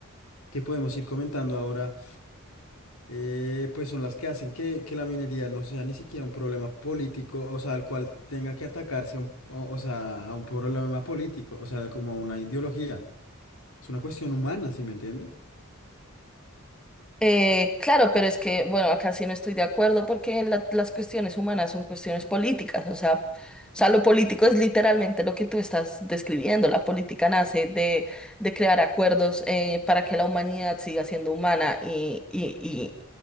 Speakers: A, on the left; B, in the centre.
A: que podemos ir comentando ahora, eh, pues son las que hacen que, que la minería no sea ni siquiera un problema político, o sea, al cual tenga que atacarse a un, o, o sea, a un problema político, o sea, como a una ideología. Es una cuestión humana, ¿sí me entiendes?
B: Eh, claro, pero es que, bueno, acá sí no estoy de acuerdo porque la- las cuestiones humanas son cuestiones políticas, o sea, o sea, lo político es literalmente lo que tú estás describiendo. La política nace de, de crear acuerdos eh, para que la humanidad siga siendo humana y, y, y